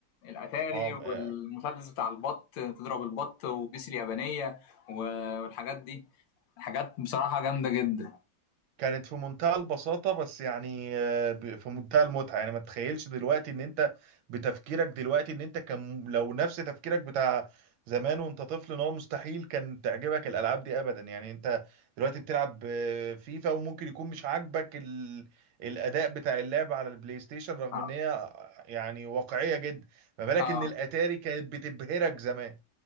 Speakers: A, on the left; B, on the right.
A: الاتاري
B: اه
A: والمسدس بتاع البط تضرب البط وبيس اليابانيه و- والحاجات دي حاجات بصراحه جامده جدا
B: كانت في منتهى البساطة بس يعني آه، ب- في منتهى المتعة يعني ما تتخيلش دلوقتي ان انت بتفكيرك دلوقتي ان انت كان لو نفس تفكيرك بتاع زمان وانت طفل ان هو مستحيل كان تعجبك الالعاب دي ابدا يعني انت دلوقتي بتلعب آه، فيفا وممكن يكون مش عاجبك ال... الاداء بتاع اللعب على البلاي ستيشن رغم
A: اه
B: ان هي يعني واقعية جدا ما بالك
A: آه.
B: ان الاتاري كانت بتبهرك زمان